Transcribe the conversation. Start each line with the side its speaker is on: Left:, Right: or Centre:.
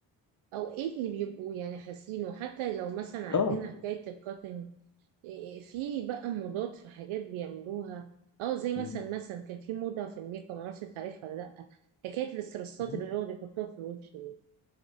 Right: او ايه اللي بيبقوا يعني حاسينه حتى لو مثلا عندنا
Left: اه
Right: حكاية الكاتنج إيه، إيه، في بقى موضات في حاجات بيعملوها اه زي مثلا
Left: مم.
Right: مثلا كان في موضة في الميك اب معرفش انت عارفها ولا لأ حكاية الاسترسات
Left: مم.
Right: اللي هو بيحطوها في الوش دي